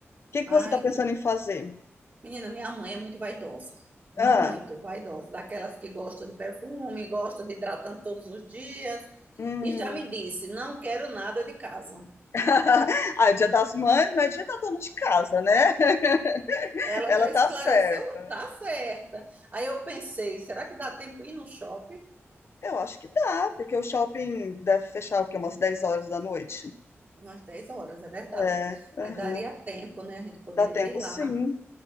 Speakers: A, on the left; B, on the right.
A: que que
B: Ai,
A: você tá pensando
B: que...
A: em fazer?
B: Menina, minha mãe é muito vaidosa. Muito
A: Ah,
B: vaidosa. Daquelas que gosta de perfume, gosta de hidratante todos os dias.
A: hum.
B: E já me disse, não quero nada de casa.
A: <laughs> Ah, é Dia das Mães, não é dia da dona de casa, né? <laughs>
B: Ela
A: Ela
B: já esclareceu,
A: tá certa.
B: tá certa. Aí eu pensei, será que dá tempo ir no shopping?
A: Eu acho que dá, porque o shopping deve fechar o quê? Umas 10 horas da noite.
B: Umas dez horas, é verdade.
A: É, aham.
B: Aí daria tempo, né? A gente poderia
A: Dá tempo
B: ir lá.
A: sim.